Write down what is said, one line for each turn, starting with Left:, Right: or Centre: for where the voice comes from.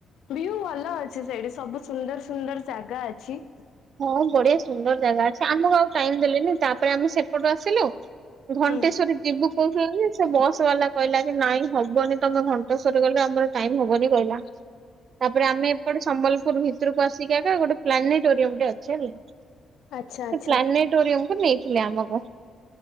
Left: ଭିଉ ଭଲ ଅଛି ସେଇଠି। ସବୁ ସୁନ୍ଦର ସୁନ୍ଦର ଜାଗା ଅଛି।
Right: ହଁ ବଢିଆ ସୁନ୍ଦର ଜାଗା ଅଛି। ଆମକୁ ଆଉ ଟାଇମ୍ ଦେଲେନି, ତାପରେ ଆମେ ସେପଟୁ ଆସିଲୁ। ଘଣ୍ଟେଶ୍ଵରୀ
Left: ହୁଁ
Right: ଯିବୁ କହୁଛନ୍ତି, ସେ ବସ୍ ବାଲା କହିଲା କି ନାଇଁ ହବନି ତମେ ଘଣ୍ଟେଶ୍ୱରୀ ଗଲେ ଆମର ଟାଇମ୍ ହବନି କହିଲା।
Left: ହ
Right: ତାପରେ ଆମେ ଏପଟେ ସମ୍ବଲପୁର ଭିତରକୁ ଆସିକି ଏବେ ଗୋଟେ ପ୍ଲାନେଟୋରିୟମ୍ ଟେ ଅଛି ହେଲା ସେ
Left: ଆଚ୍ଛା ଆଚ୍ଛା
Right: ପ୍ଲାନେଟୋରିୟମ୍ କୁ ନେଇଥିଲେ ଆମକୁ